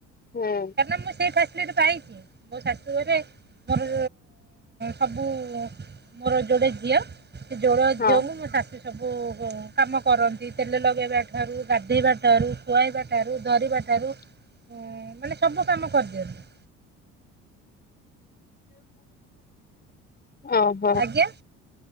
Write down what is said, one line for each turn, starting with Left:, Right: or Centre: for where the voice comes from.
Left: ହୁଁ।
Right: କାରଣ ମୁଁ ସେଇ ଫ୍ୟାସିଲିଟି ପାଇଛି ମୋ ଶାଶୁ ଘରେ ମୋର ସବୁ ମୋର ଯୋଡେ ଝିଅ ସେ ଯୋଡ
Left: ହଁ।
Right: ଝିଅ ମୁଁ ମୋ ଶା ସବୁ କାମ କରନ୍ତି ତେଲ ଲଗାଇବା ଠାରୁ ଗାଧୋଇବା ଠାରୁ ଖୁଆଇବା ଠାରୁ ଧରିବା ଠାରୁ
Left: ହଁ।
Right: ଓ ମାନେ ସବୁ କାମ କରିଦିଅନ୍ତୁ।
Left: ହଁ ହଁ।
Right: ଆଜ୍ଞା